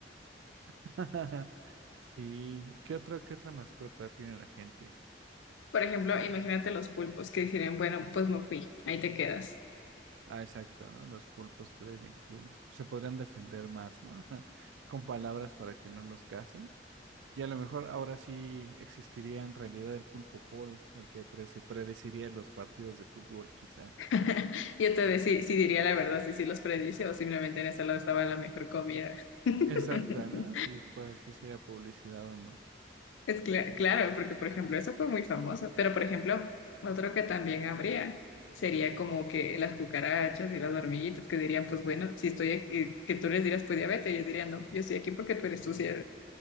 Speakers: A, on the right; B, on the left.
A: <laughs> Sí, ¿qué otra, qué otra mascota tiene la gente?
B: Por ejemplo, imagínate los pulpos que dirían, bueno, pues no fui, ahí te quedas.
A: Ah, exacto, ¿no? Los pulpos estaría bien cool. Se podrían defender más, ¿no? <laughs> Con palabras para que no los casen. Y a lo mejor ahora sí existiría en realidad el pulpo Paul, el que prese- predeciría los partidos de fútbol, quizá.
B: <laughs> Yo te decía, sí, sí diría la verdad, si sí los predice o simplemente en ese lado estaba la mejor comida. <laughs>
A: Exacto, ¿no? Sí, puedo decir si era publicidad o no.
B: Es cla- claro, porque por ejemplo, eso fue muy famoso, pero por ejemplo, otro que también habría sería como que las cucarachas y las hormiguitas que dirían, pues bueno, si estoy aquí, que tú les dirás, pues diabetes, ellos dirían, no, yo estoy aquí porque tú eres sucia.